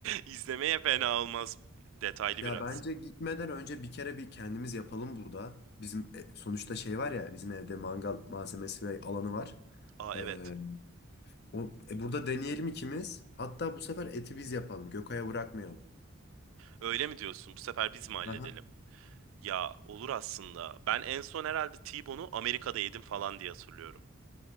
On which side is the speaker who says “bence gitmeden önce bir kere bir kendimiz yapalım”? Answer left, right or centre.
Left